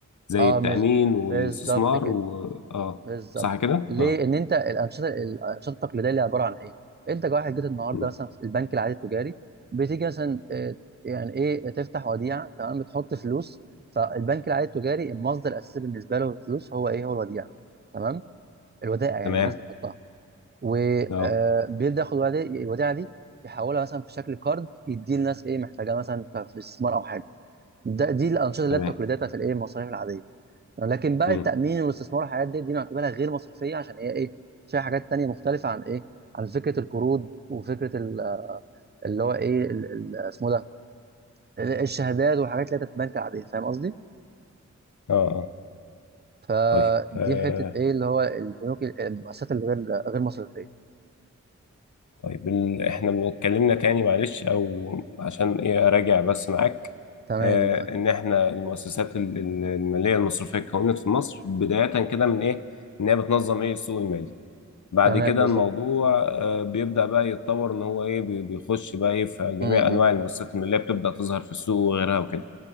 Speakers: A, on the left; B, on the right.
A: زي
B: اه
A: التامين
B: مش-
A: والاستثمار
B: بالظبط كده
A: و اه
B: بالظبط
A: صح كده
B: ليه
A: اه
B: ان انت الانشطه الانشطه التقليديه اللي عباره عن ايه انت كواحد جيت النهارده
A: مم.
B: مثلا في البنك العادي التجاري بتيجي مثلا آه، يعني ايه تفتح وديعه تمام بتحط فلوس فالبنك العادي التجاري المصدر الاساسي بالنسبه له الفلوس هو ايه هو الوديعه تمام الودائع يعني
A: تمام
B: الناس بتحطها وبيبدا
A: اه
B: ياخد الودائع- الوديعه دي يحولها مثلا في شكل كارد يديه للناس ايه محتاجاه مثلا في الاستثمار او حاجه ده دي الانشطه اللي
A: تمام
B: هي التقليديه بتاعت الايه المصاريف العاديه لكن بقى
A: مم.
B: التأمين والاستثمار والحاجات دي دي نعتبرها غير مصرفية عشان هي ايه فيها حاجات تانية مختلفة عن ايه عن فكرة القروض وفكرة ال- اللي هو ايه ال- ال- اسمه ده ال- الشهادات وحاجات اللي هي بتتبنك عادية فاهم قصدي؟
A: اه اه
B: فدي
A: طيب آه،
B: حتة ايه اللي هو البنوك ال- المؤسسات الغير غير مصرفية
A: طيب ال... احنا اتكلمنا تاني معلش او عشان ايه اراجع بس معاك
B: تمام
A: آه
B: تمام
A: ان احنا المؤسسات ال- ال- الماليه المصرفيه اتكونت في مصر بدايه كده من ايه ان هي بتنظم ايه السوق المالي بعد
B: تمام
A: كده
B: بالظبط
A: الموضوع آه بيبدا بقى يتطور ان هو ايه بي- بيخش بقى ايه في
B: م-
A: جميع انواع
B: م.
A: المؤسسات الماليه بتبدا تظهر في السوق وغيرها وكده